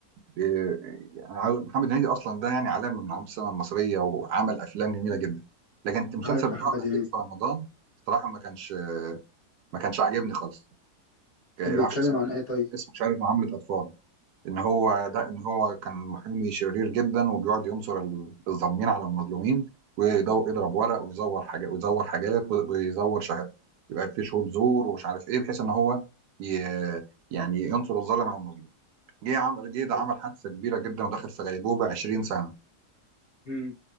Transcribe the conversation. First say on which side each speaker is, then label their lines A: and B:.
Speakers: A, on the right; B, on the left.
A: إيه، يعني عاوز- محمد هنيدي اصلا ده يعني علامه من علامات السينما المصريه وعمل افلام جميله
B: مم.
A: جدا لكن المسلسل
B: عارف
A: بتاعه
B: محمد
A: الاخير
B: هنيدي
A: في رمضان صراحه ما كانش ما كانش عاجبني خالص
B: كان
A: ما
B: بيتكلم
A: اعرفش اسمه
B: عن ايه طيب
A: اسمه مش عارف معامله اطفال ان هو ده ان هو كان محامي شرير جدا وبيقعد ينصر ال- الظالمين على المظلومين ويدو يضرب ورق ويزور حاجات ويزور حاجات وي- ويزور شهادات يبقى في شهود زور ومش عارف ايه بحيث ان هو ي... يعني ينصر الظالم على المظلوم جه عمل جه ده
B: طيب.
A: عمل حادثه كبيره جدا ودخل في غيبوبه 20 سنه
B: مم.